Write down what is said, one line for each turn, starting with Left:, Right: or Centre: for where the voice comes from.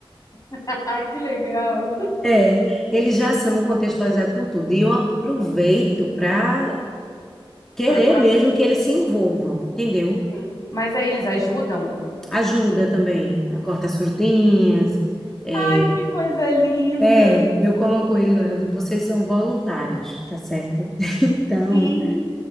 Left: <laughs> Ai, que legal.
Centre: É, eles já são contextualizados com tudo. E eu aproveito para querer
Left: Pra, pra,
Centre: mesmo que eles se envolvam, entendeu?
Left: sim. Mas aí eles ajudam?
Centre: Ajuda também, corta as frutinhas. É,
Left: Ai, que coisa linda.
Centre: é, eu coloco eles lá, eu digo, vocês são voluntários, tá certo? Então,
Left: Sim.